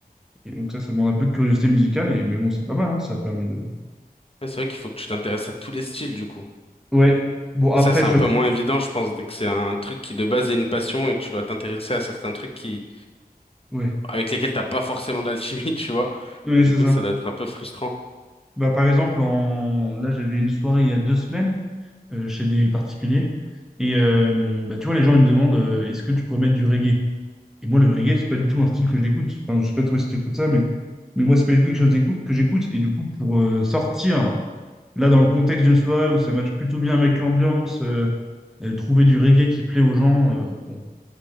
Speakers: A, in the centre; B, on the left (about 35°).
A: Et donc, ça, ça demande un peu de curiosité musicale. Et, mais bon, c'est pas mal. hein, ça permet de
B: Mais C'est vrai qu'il faut que tu t'intéresses à tous les styles, du coup.
A: Ouais. Bon, après,
B: Et ça, c'est
A: je...
B: un peu moins évident, je pense, dès que c'est un truc qui de base est une passion et que tu dois t'intéresser à certains trucs qui,
A: Ouais.
B: avec lesquels t'as pas forcément d'alchimie, <laughs> tu vois.
A: Oui,
B: Du
A: c'est
B: coup,
A: ça.
B: ça doit être un peu frustrant.
A: Bah, par exemple, en... là, j'avais une soirée il y a deux semaines euh, chez des particuliers. Et euh, bah, tu vois, les gens, ils me demandent euh, est-ce que tu pourrais mettre du reggae? Et moi, le reggae, c'est pas du tout un style que j'écoute. Enfin, je sais pas toi si tu écoutes ça, mais... mais moi, c'est pas du tout quelque chose d'écou- que j'écoute. Et du coup, pour euh, sortir, là, dans le contexte d'une soirée où ça matche plutôt bien avec l'ambiance, euh, euh, trouver du reggae qui plaît aux gens, euh, bon,